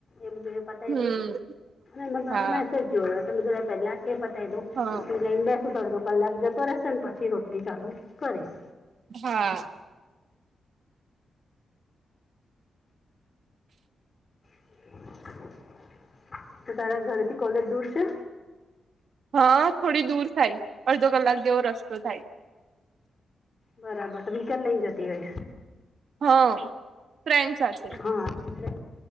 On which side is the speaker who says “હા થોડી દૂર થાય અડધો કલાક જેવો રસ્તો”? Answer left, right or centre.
Right